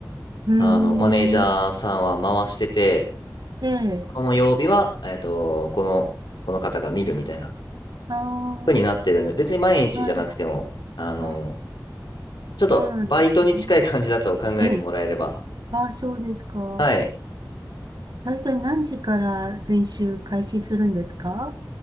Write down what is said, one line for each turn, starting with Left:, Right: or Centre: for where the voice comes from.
Right: うーん。
Left: あの、マネージャーさんは回してて、
Right: で、
Left: この曜日は、えっと、この、この方が見るみたいな
Right: あー、
Left: 風になってるんで、別に毎日じゃなくても、
Right: はい。
Left: あのー
Right: あ、
Left: ちょっとバイトに近い感じだと考えてもらえれば、
Right: そうなんですね。ええ、あ、そうですか。
Left: はい。
Right: 大体何時から練習開始するんですか